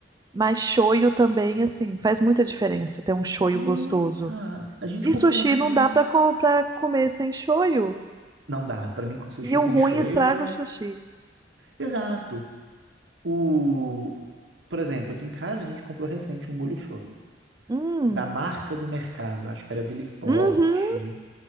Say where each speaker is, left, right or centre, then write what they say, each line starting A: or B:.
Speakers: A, on the right (about 20°); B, on the right (about 70°).
A: Mas shoyu também, assim, faz muita diferença ter um shoyu
B: Muita.
A: gostoso.
B: A gente
A: E
B: comprou
A: sushi
B: um shoyu.
A: não dá pra, com, pra comer sem shoyu.
B: Não dá, pra mim sushi
A: E o
B: sem
A: ruim
B: shoyu
A: estraga
B: é
A: o sushi.
B: exato. O por exemplo, aqui em casa a gente comprou recente um molho shoyu
A: Hum,
B: da marca do mercado, acho que era Ville Forte,
A: uhum,